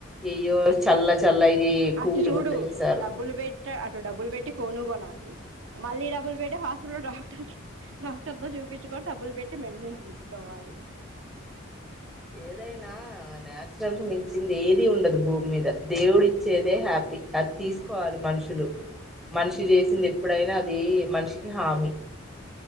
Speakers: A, in the centre; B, on the right.
A: అయ్యో చల్ల చల్ల ఇ
B: అటు
A: కూలు
B: చూడు
A: గుండ చేసారు
B: డబ్బులు పెట్టి అటు డబ్బులు బెట్టి కొనుగోనాలి మళ్ళీ డబ్బులు పెట్టి హాస్పిటల్ లో డాక్టర్కీ డాక్టర్తో చూపించుకొని డబ్బులు పెట్టి మెడిసిన్స్ తీసుకోవాలి అది
A: ఏదైనా న్యాచురల్గా మించ్ చింది ఏది ఉండదు భూమ్మీద దేవుడు ఇచ్చేదే హ్యాపీ అది తీసుకోవాలి మనుషులు మనిషి చేసింది
B: ఉమ్
A: ఎప్పుడైనా అది మనిషికి హామీ